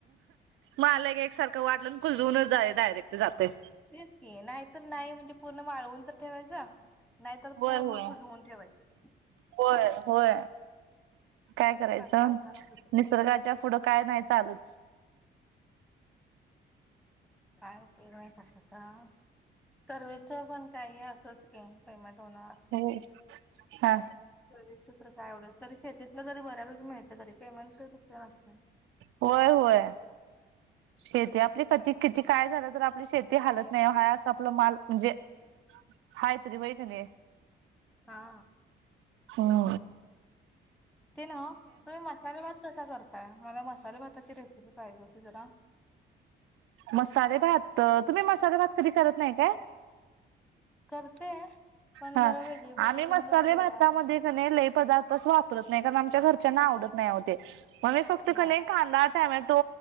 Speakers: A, on the right; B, in the centre.
A: मलक एकसारखं वाटलं कुजूनच जा आहे डायरेक्ट जाते
B: तेच की नाहीतर नाही म्हणजे पूर्ण वाळवून तर ठेवायचं नाहीतर
A: होय
B: पूर्ण
A: होय
B: कुजवून ठेवायचं
A: होय होय काय करायचं,
B: माणसाला मग दुसरं
A: निसर्गाच्या पुढं काय नाही. चालू
B: काय उपयोग नाही कशाचा.. ! सर्विसच पण काही असंच, केम पेमेंट होणार.
A: हो हा
B: सर्विसच तर काय एव्हडं, तरी शेतीतलं तरी बऱ्यापैकी मीळते, तरी पेमेंट तस नते
A: होय होय शेती आपली क किती, काय झालं तर आपली शेती ते हालत नाही हा अस आपलं माल म्हणजे, हाय तरी व्हय का नाही.
B: हा
A: हो.
B: ते ना तुम्ही मसाले भात कसा करताय, मला मसाले भाताची रेसिपी पाहिजे होती जरा
A: मसाले भात तुम्ही मसाले भात, कधी करत नाही का?
B: करते. पण
A: हा
B: जरा वेगळी पद्धतीने
A: आम्ही मसाले
B: जरा केला
A: भातामध्ये ल पदार्थ वापरत नाही कारण, आमच्या घरच्या आवडत नाहीते मगी फक्त
B: बर.
A: कांदा- टॅमॅटो